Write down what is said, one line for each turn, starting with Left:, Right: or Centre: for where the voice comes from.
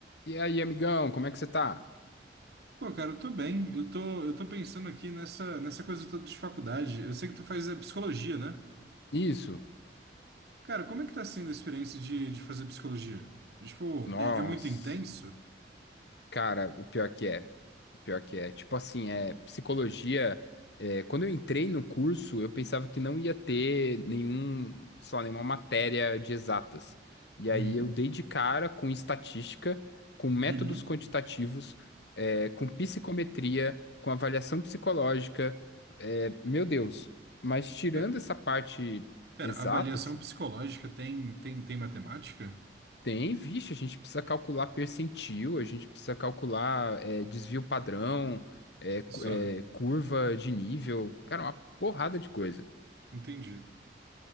Left: E aí, amigão, como é que você tá?
Right: Pô, cara, eu tô bem. Eu tô, eu tô pensando aqui nessa, nessa coisa toda de faculdade. Eu sei que tu faz é, psicologia, né?
Left: Isso?
Right: Cara, como é que tá sendo a experiência de, de fazer psicologia? Tipo,
Left: Nossa,
Right: é, é muito intenso?
Left: cara, o pior que é. O pior que é. Tipo assim, é psicologia. é, quando eu entrei no curso, eu pensava que não ia ter nenhum, sei lá, nenhuma matéria de exatas. E
Right: Uhum,
Left: aí eu dei de cara com estatística, com métodos
Right: uhum.
Left: quantitativos, é, com psicometria, com avaliação psicológica. É, meu Deus. Mas tirando
Right: Pe-
Left: essa parte
Right: Pera,
Left: exatas
Right: avaliação psicológica tem, tem, tem matemática?
Left: Tem, vixe, a gente precisa calcular percentil, a gente precisa calcular é, desvio padrão, é, cu-
Right: Só,
Left: é, curva de nível, cara, uma porrada de coisa.
Right: entendi.